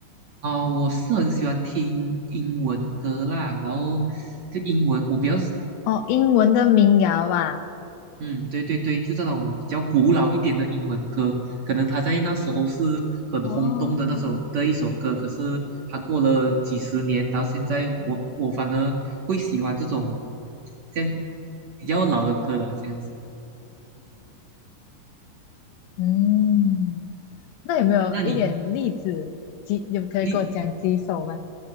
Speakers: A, on the right (about 45°); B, on the left (about 80°).
A: 啊、我是很喜欢听英文歌啦，然后就英文，我比较
B: 哦，英文的民谣啊，
A: 嗯，对对对，就这种比较古老一点的英文歌，可能他在那时候是很轰动的那首的一首歌，
B: 哦，
A: 可是他过了几十年，到现在我我反而会喜欢这种这样比较老的歌了，这样子。
B: 嗯，那有没有一点例子，
A: 那那你
B: 几有可以给我讲几首吗？
A: 你